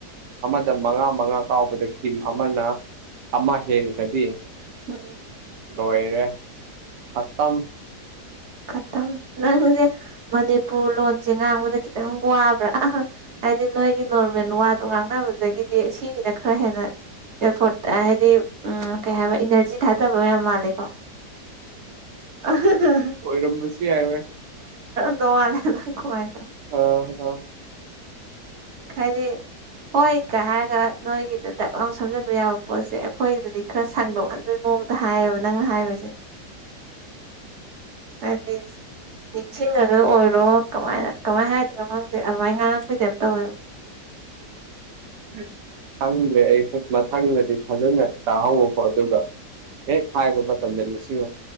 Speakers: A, on the right; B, on the right.
A: <inaudible> ꯗ ꯃꯉꯥ ꯃꯉꯥ ꯀꯥꯎꯕꯗ ꯇꯤꯝ ꯑꯃꯅ ꯑꯃ ꯍꯦꯟꯈ꯭ꯔꯗꯤ
B: ꯎꯝ
A: ꯂꯣꯏꯔꯦ ꯁꯝ
B: ꯈꯛꯇ ꯅꯪꯁꯦ ꯃꯅꯤꯄꯨꯔ ꯂꯣꯟꯁꯦ ꯉꯥꯡꯕꯗ ꯈꯤꯇꯪ ꯋꯥꯕ꯭ꯔꯥ ꯍꯥꯏꯗꯤ ꯅꯣꯏꯒꯤ ꯅꯣꯔꯃꯦꯜ ꯋꯥꯗ ꯉꯥꯡꯅꯕꯗꯒꯤꯗꯤ ꯁꯤꯁꯤꯅ ꯈꯔ ꯍꯦꯟꯅ ꯐ ꯍꯥꯏꯗꯤ ꯎꯝ ꯀꯩ ꯍꯥꯏꯕ ꯏꯅꯔꯖꯤ ꯊꯥꯗꯕ ꯌꯥꯝ ꯃꯥꯜꯂꯦ ꯀꯣ ꯑꯥꯍ
A: ꯑꯣꯏꯔꯝꯕꯁꯨ ꯌꯥꯏꯦ
B: <unintelligible>
A: ꯑꯥ ꯑꯥ
B: ꯈꯔꯤ ꯍꯣꯏ ꯀꯥ ꯅꯣꯏꯒꯤꯗ ꯗꯛ ꯂꯥꯎ ꯁꯝꯖꯟꯕ ꯌꯥꯕ ꯄꯣꯠꯁꯦ ꯑꯩꯈꯣꯏꯗꯗꯤ ꯈꯔ ꯁꯥꯡꯗꯣꯛꯍꯟꯕꯒꯤ ꯃꯑꯣꯡꯗ ꯍꯥꯏꯌꯦꯕ ꯅꯪꯅ ꯊꯥꯏꯕꯖꯦ ꯍꯥꯏꯗꯤ ꯅꯤꯡꯁꯤꯡꯉꯒ ꯑꯣꯏꯔꯣ ꯀꯃꯥꯏꯅ ꯀꯃꯥꯏꯅ ꯍꯥꯏꯗꯅꯣ ꯈꯪꯗꯦ ꯑꯗꯨꯃꯥꯏꯅ ꯉꯥꯡꯉꯛꯛꯇꯣꯏꯗ ꯇꯋꯣ
A: ꯎꯝ ꯈꯪꯗ꯭ꯔꯦ ꯑꯩꯁꯨ ꯃꯊꯪꯗꯗꯤ ꯐꯖꯅ ꯇꯥꯍꯧꯕꯀꯣ ꯑꯗꯨꯒ ꯍꯦꯛ ꯍꯥꯏꯥꯏꯕ ꯃꯇꯝꯗ ꯅꯤꯡꯁꯤꯡꯉ